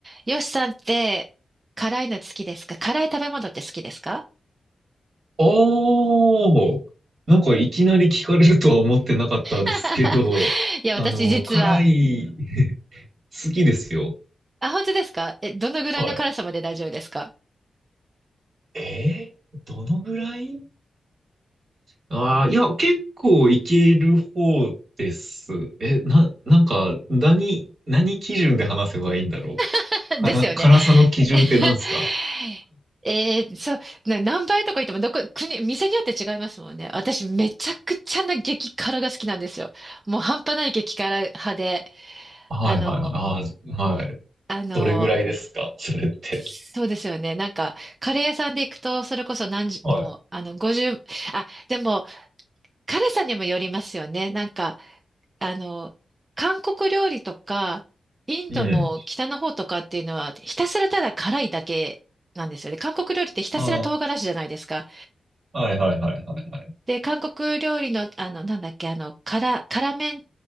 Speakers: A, on the right (about 35°); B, on the right (about 65°).
A: よしさんって、辛いの好きですか辛い食べ物って好きですか
B: おー、なんかいきなり聞かれるとは思ってなかったですけど、
A: <laughs> いや、私実は、
B: あの、辛い、好きですよ。
A: あ、本当ですかえ、どのぐらいの辛さまで大丈夫ですか
B: はい。えー、どのぐらいああー、いや、結構いける方です。え、な、なんか、何、何基準で話せばいいんだろう。
A: <laughs>
B: 辛、
A: ですよね。
B: 辛さの基準って何すか
A: <laughs> えーそう、な何倍とか言っても、どこ、国、店によって違いますもんね。私、めちゃくちゃな激辛が好きなんですよ。もう半端ない激辛派で、
B: <laughs> はいはいはい。
A: あの、
B: あーはい。
A: あの、
B: どれぐらいですかそれって。
A: そうですよね。なんか、カレー屋さんで行くと、それこそ何十、
B: は
A: もう、あの、50、あ、でも、辛さにもよりますよね。なんか、あの、韓国料理とか、インドも北の方とかっていうのは、
B: い。うん。
A: ひたすらただ辛いだけなんですよね。韓国料理ってひたすら唐辛子じゃないですか。
B: ああ、はいはいはいはいはい。
A: で、韓国料理の、あの、なんだっけ、あの、辛、辛麺っ